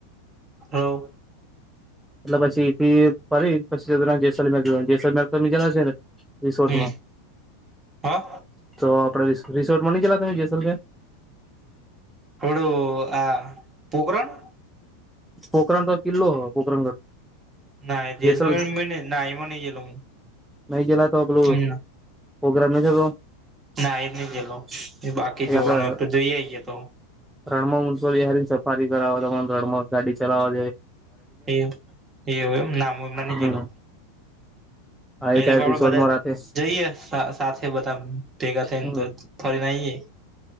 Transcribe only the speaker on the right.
<unintelligible>
હમ હા
<unintelligible> આ પોકરણ?
ના જેસલમેર
મેને ના એમાં નહી ગેલો હું
હમ્મ
ના ઈ ની જયેલો. બાકી
જોવાનો
તો જઈ આઈએે તો.
એવ એવું એમ ને. ના મે હમણા ની
ગયેલો.
એલે
પાપડે
બધા
જઈએ સા સાથે બધા ભેગા થઈને
તો થોરીને આઇએ.